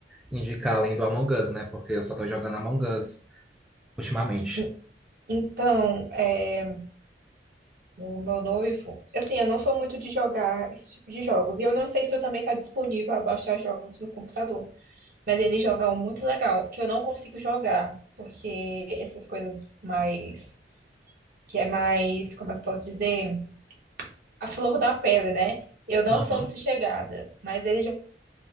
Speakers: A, in the centre; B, on the right.
A: indicar além do Among Us, né? Porque eu só tô jogando Among Us ultimamente.
B: E- Então, é, o meu noivo, assim, eu não sou muito de jogar esse tipo de jogos. E eu não sei se tu também tá disponível a baixar jogos no computador. Mas ele joga um muito legal, que eu não consigo jogar, porque essas coisas mais, que é mais, como é que eu posso dizer? A flor da pele, né? Eu não
A: Uhum.
B: sou muito chegada, mas ele jo-